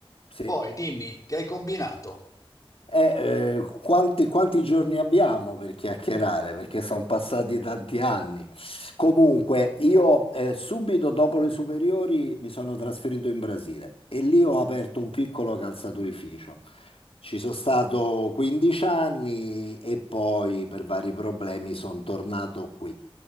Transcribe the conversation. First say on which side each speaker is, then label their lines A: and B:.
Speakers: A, on the left (about 70°); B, on the left (about 35°).
A: sì.
B: Poi dimmi, che hai combinato?
A: Eh, eh, quanti, quanti giorni abbiamo per chiacchierare? Perché sono passati tanti anni. Comunque, io eh, subito dopo le superiori mi sono trasferito in Brasile e lì ho aperto un piccolo calzaturificio. Ci sono stato 15 anni e poi per vari problemi sono tornato qui.